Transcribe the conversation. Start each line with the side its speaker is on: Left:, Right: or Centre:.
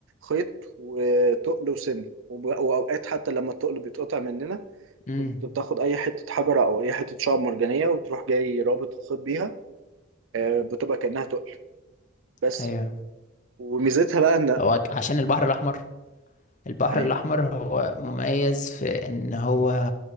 Right: خيط وتقل وسن وب- وأوقات حتى لما التقل بيتقطع مننا
Left: امم
Right: كنت بتاخد أي حتة حجرة أو أي حتة شعب مرجانية وتروح جاي رابط الخيط بيها آه، بتبقى كأنها تقل بس
Left: ايوه
Right: وميزتها بقى إن
Left: هو عشان البحر الاحمر البحر
Right: يعني
Left: الاحمر هو مميز في ان هو